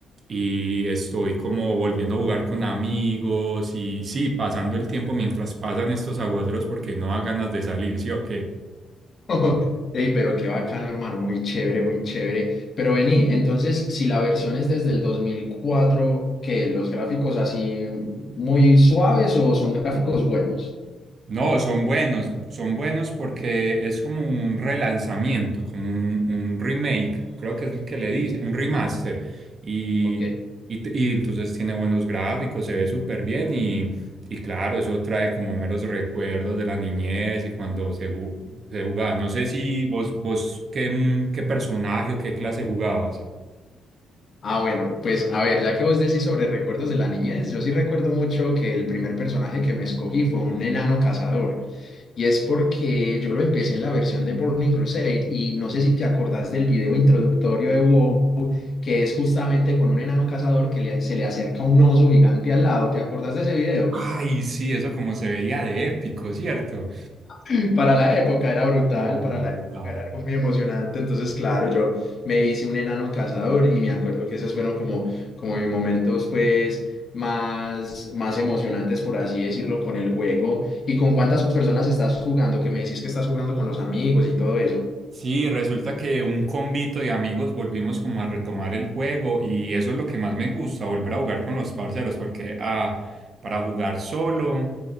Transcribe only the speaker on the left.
<laughs> Ey, pero qué bacano, hermano, muy chévere, muy chévere. Pero vení, entonces, si la versión es desde el 2004, que los gráficos así muy suaves o son gráficos buenos?
Ok.
Ah, bueno, pues a ver, ya que vos decís sobre recuerdos de la niñez, yo sí recuerdo mucho que el primer personaje que me escogí fue un enano cazador. Y es porque yo lo empecé en la versión de Burning Crusade y no sé si te acordás del video introductorio de WoW, que es justamente con un enano cazador que le- se le acerca un oso gigante al lado. ¿Te acordás de ese video?
<laughs> Para la época era brutal,
para la
época era algo muy emocionante. Entonces, claro, yo me hice un enano cazador y me acuerdo que esos fueron como, como mis momentos, pues, más, más emocionantes, por así decirlo, con el juego. ¿Y con cuántas personas estás jugando? Que me decís que estás jugando con los amigos y todo eso.